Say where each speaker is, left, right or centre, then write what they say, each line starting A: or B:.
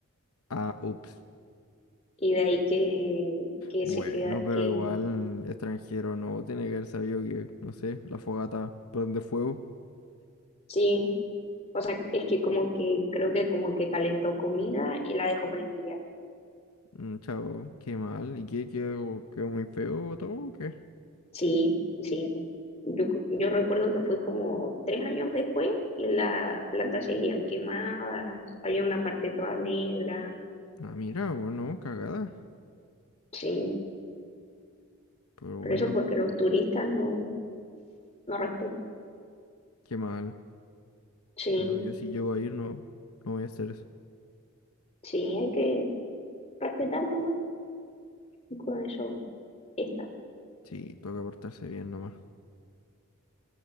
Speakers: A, on the left; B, on the left.
A: Ah, ups.
B: y de ahí que, que
A: Bueno,
B: se queda,
A: pero
B: que
A: igual extranjero no tiene que haber sabido que, no sé, la fogata prende fuego.
B: sí, o sea, es que como que creo que como que calentó comida y la dejó prendida.
A: Mm, chao, qué mal. ¿Y qué quedó, quedó muy feo todo o qué?
B: Sí, sí. Yo, yo recuerdo que fue como tres años después y las plantas seguían quemadas, había una parte toda negra,
A: Ah, mira, bueno, cagada.
B: sí,
A: Pero
B: pero
A: bueno,
B: eso porque los turistas no, no respetan.
A: qué mal.
B: Sí,
A: Bueno, yo si llego a ir no, no voy a hacer eso.
B: sí, hay que respetar nomás y con eso está.
A: Sí, toca portarse bien nomás.